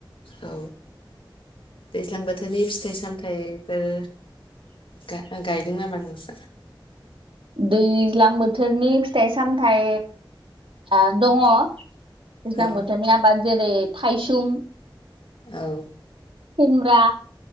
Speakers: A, on the left; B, on the right.
A: औ। दैज्लां बोथोरनि फिथाइ सामथायफोर गाय गाय नो नामा नोंसोरो?
B: दैज्लां बोथोरनि फिथाइ सामथाय आ दङ। दैज्लां
A: औ
B: बोथोरनि आबाद जेरै थाइसुम।
A: औ।
B: खुमब्रा